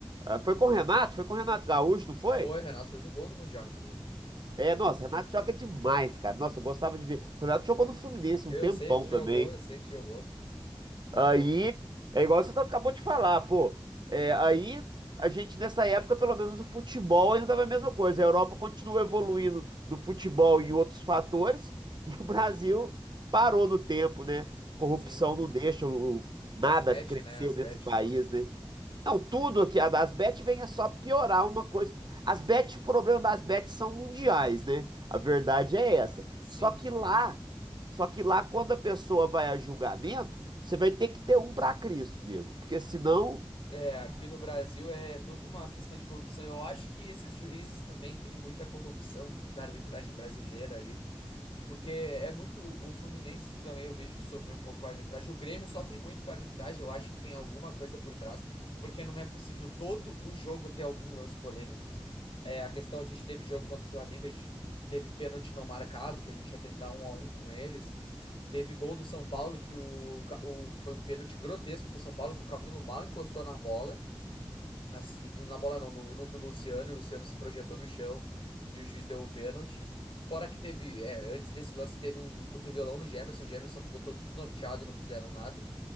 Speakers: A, on the right (about 55°); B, on the left (about 75°).
A: Ah, foi com o Renato? Foi com o Renato Gaúcho, não foi?
B: Foi, Renato fez o gol do mundial, inclusive. Renato
A: É,
B: foi.
A: nossa, o Renato joga demais, cara. Nossa, eu gostava de ver. O Renato jogou
B: Renato-
A: no Fluminense
B: Eu
A: um tempão
B: sei que jogou,
A: também.
B: eu sei que jogou. Tá
A: Aí
B: louco.
A: é igual você tá- acabou de falar, pô. É, aí a gente, nessa época, pelo menos o futebol ainda estava a mesma coisa. A Europa continua evoluindo no futebol e em outros fatores, <laughs> e o Brasil parou no tempo, né? Corrupção
B: Sim,
A: não deixa o- o- nada
B: as bet,
A: crescer
B: né? As
A: nesse
B: bet
A: país,
B: tudo.
A: né? Não, tudo aqui, a- as bets vem é só piorar uma coisa. As bets, o problema das bets são mundiais, né? A verdade é essa.
B: Sim.
A: Só que lá, só que lá quando a pessoa vai a julgamento, você vai ter que ter um para Cristo, nego, porque senão
B: É, aqui no Brasil é toda uma questão de corrupção. Eu acho que esses juízes também têm muita corrupção dentro da arbitragem brasileira ali. Porque é muito. O Fluminense também eu vejo que sofreu um pouco com a arbitragem. O Grêmio sofre muito com a arbitragem. Eu acho que tem alguma coisa por trás. Porque não é possível todo o jogo ter algum lance polêmico. É, a questão, a gente teve jogo contra o Flamengo, a gente teve pênalti não marcado, que a gente ia terminar um a um com eles. Teve gol do São Paulo, que o, Ca- o- foi um pênalti grotesco pro São Paulo, que o Camilo mal encostou na bola. Assim, na bola não, no, no Luciano, e o Luciano se projetou no chão e o juiz deu o pênalti. Fora que teve, é, antes desse lance teve um cotovelão no Jamerson, o Jamerson ficou todo desnorteado e não fizeram nada.